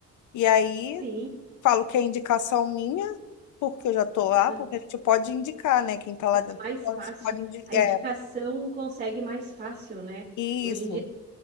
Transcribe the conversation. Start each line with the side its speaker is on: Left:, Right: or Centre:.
Left: E aí,
Right: Sim,
Left: falo que é indicação minha, porque eu já tô lá,
Right: ah,
Left: porque a gente pode indicar, né? Quem tá lá
Right: fica
Left: dentro
Right: mais
Left: pode,
Right: fácil.
Left: pode indicar.
Right: A indicação
Left: É,
Right: consegue mais fácil, né?
Left: isso.
Right: Hoje em dia tem